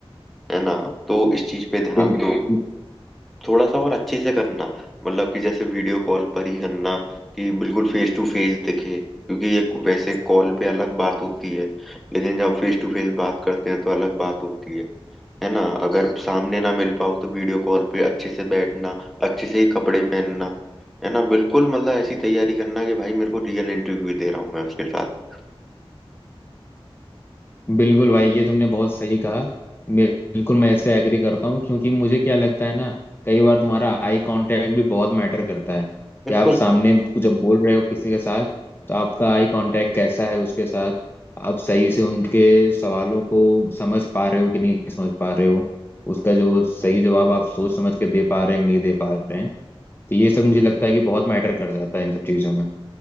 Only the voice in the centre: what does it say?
है ना तो इस चीज पे ध्यान
दो थोड़ा सा और अच्छे से करना मतलब कि जैसे वीडियो कॉल पर ही करना कि बिल्कुल फेस टू फेस दिखे क्योंकि एक वैसे कॉल पे अलग बात होती है लेकिन जब फेस टू फेस बात करते हैं तो अलग बात होती है है ना अगर सामने ना मिल पाओ तो वीडियो कॉल पे अच्छे से बैठना अच्छे से ही कपड़े पहनना है ना बिल्कुल मतलब ऐसी तैयारी करना कि भाई मेरे को रियल इंटरव्यू दे रहा हूँ मैं उसके साथ
बिल्कुल